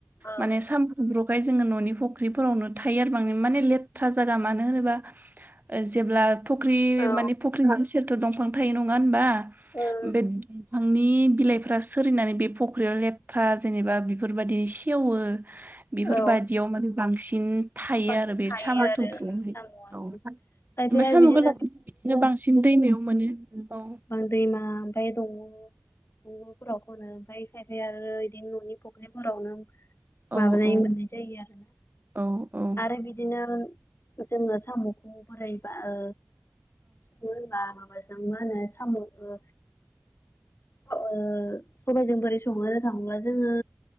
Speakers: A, on the left; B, on the right.
A: ओं
B: माने साम' थुमफ्रु ख बेयो जोङो न'नि फख्रिफोरावनो थायो आरो बां माने लेथ्रा जायगा मानो होनोबा जेब्ला फख्रि
A: औ
B: माने फख्रिनि सेरथ' दंफां थायो नङा होनबा?
A: ओं
B: बे फांनि बिलाइफ्रा सिरिनानै बे फख्रियाव लेथ्रा जेनेबा बेफोरबायदि सेवो बेफोरबायदियाव
A: औ
B: माने बांसिन थायो
A: बांसिन
B: आरो बे
A: थायो
B: साम'
A: आरो
B: थुमफ्रु
A: ओं
B: हाय
A: साम'आ
B: औ
A: खायफाया
B: ओमफ्राय साम'
A: बिदिनो
B: गोलाव बिदिनो बांसिन दैमायाव मोनो। औ
A: बा दैमा ओमफ्राय दंग' दंग'फोराव खनो ओमफ्राय खायफाया आरो बिदिनो न'नि फुख्रिफोरावनो
B: औ
A: माबानाय
B: औ
A: मोननाय जायो आरोना।
B: औ औ
A: आरो बिदिनो जोङो साम'खौ बोरैबा ओ होनबा माबाजों मा होनो साम'ओ स ओ सबायजों बोरै सङो थाङोला जोङो